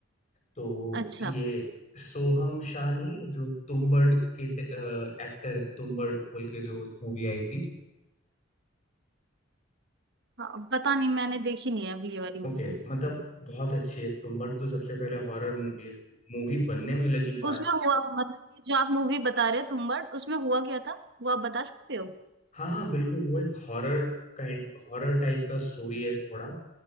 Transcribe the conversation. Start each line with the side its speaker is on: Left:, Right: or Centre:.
Left: तो
Right: अच्छा
Left: ये सोहम शाह नहीं जो तुम्बड़ के एक्टर है तुम्बड़ बोल के जो मूवी आई थी
Right: हाँ पता नहीं मैंने देखी नहीं है अभी ये वाली मूवी
Left: ओके मतलब बहुत अच्छी है तुम्बड़ तो सबसे पहले हॉरर मूवी है मूवी बनने में लगी पाँच
Right: उसमें हुआ मतलब कि जो आप मूवी बता रहे हो तुम्बाड़ उसमें हुआ क्या था वो आप बता सकते हो
Left: हाँ हाँ बिल्कुल वो एक हॉरर काइंड हॉरर टाइप का स्टोरी है थोड़ा